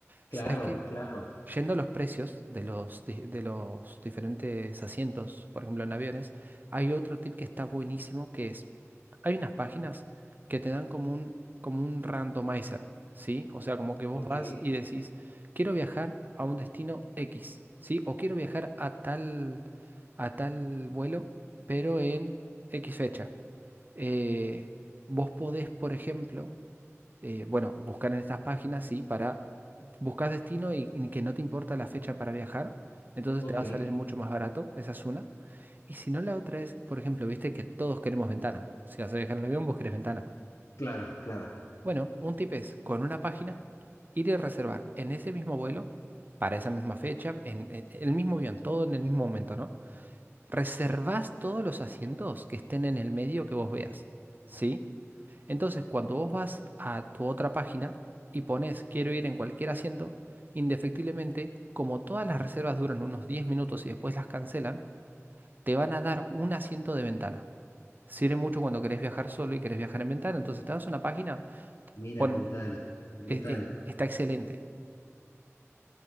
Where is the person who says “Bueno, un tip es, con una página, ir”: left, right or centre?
Right